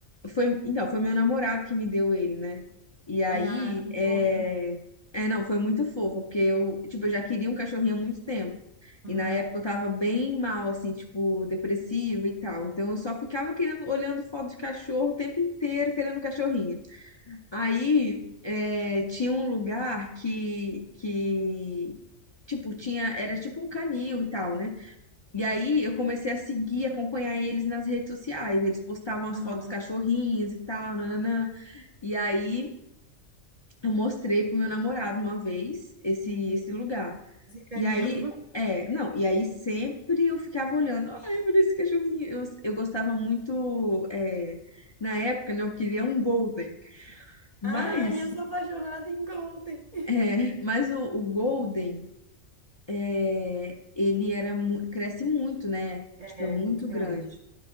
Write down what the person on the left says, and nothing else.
Foi... Então, foi meu namorado que me deu ele, né? E aí,
é.
É, não, foi muito fofo, porque eu, tipo, eu já queria um cachorrinho há muito tempo. E
na época eu tava bem mal, assim, tipo, depressiva e tal. Então eu só ficava querendo, olhando foto de cachorro o tempo inteiro, querendo um cachorrinho. Aí é, tinha um lugar que, que, tipo, tinha, era tipo um canil e tal, né? E aí eu comecei a seguir, acompanhar eles nas redes sociais. Eles postavam as
fotos dos cachorrinhos e tal, nananã. E aí eu mostrei pro meu namorado uma vez esse, esse lugar.
E aí, é, não, e aí sempre eu ficava olhando, ai, olha esse cachorrinho. Eu, eu gostava muito, é, na época, né, eu queria um Golden, mas,
é, mas o, o Golden, é, ele era, mu- cresce muito, né,
tipo, é muito
grande.